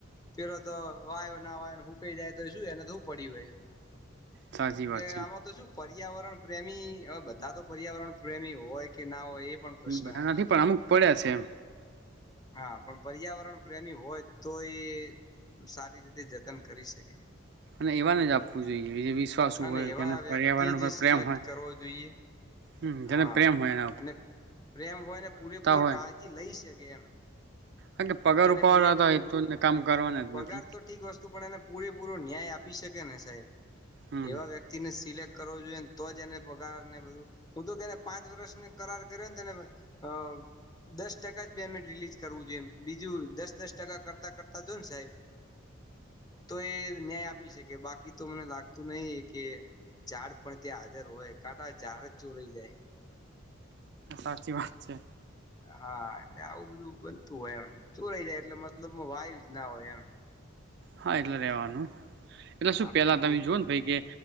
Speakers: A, on the left; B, on the right.
A: પેલો તો વાયો ના વાય હું કઈ જાય તો શું એને હુ પડી હોય
B: સાચી
A: એટલે
B: વાત છે
A: આમાં તો શું પર્યાવરણ પ્રેમી હવે બધા તો પર્યાવરણ પ્રેમી હોય હોએ પણશ્ન
B: બધા
A: હે
B: નથી પણ અમુક પડ્યા છે એમ
A: હા પણ પર્યાવરણ પ્રેમી હોય તો એ સારી રીતે જતન કરી શકેએ
B: અને એવાને જ આપવું જોઈએ કે જે વિશ્વાસ
A: અને
B: હોય
A: એવા
B: જેને પર્યાવરણ
A: વ્યક્તિ જ
B: પર પ્રેમ
A: સિલેક્ટ
B: હોય
A: કરવો જોઈએ
B: હમ જેને
A: હા
B: પ્રેમ હોય એમ
A: અને પ્રેમ હોય ને પૂરેપૂરી
B: હોય
A: કાળજી લઈ શકે એમ
B: હા કે પગાર
A: એને
B: ઉપાડવાના
A: પૂરેપૂરું
B: હતા એટલું જ કામ કરવાના જ
A: પગાર
B: નથી
A: તો ઠીક વસ્તુ પણ એને પૂરેપૂરો ન્યાય આપે આપી શકેને સાહેબ
B: હમ
A: એવા વ્યક્તિને સિલેક કરો જોઈએને તો જ એને પગાર ને બધું હું તો કેને પાંચ વર્ષને કરાર કરયોને ધન્યવાદ અ દસ ટકા પેમેન્ટ રિલીઝ કરવું જોઈએ બીજું દસ દસ ટકા કરતા કરતા જો સાહેબ તો એ ન્યાય આપી શકે બાકી તો મને લાગતું નહી કે ચાડ પણ ત્યાં હાજર હોય કાંકા ચાડ જ ચોરઈ જાય
B: સાચી વાત છે
A: હા આવું બધું બનતું હોય એમ ચુંરાઈ જાય એટલે મતલબ વાયુ જ ના હોય એમ
B: હા એટલે રહેેવાનું એટલે શું
A: આ બધું
B: પહેલા તમે જોઓ ને ભાઈ કે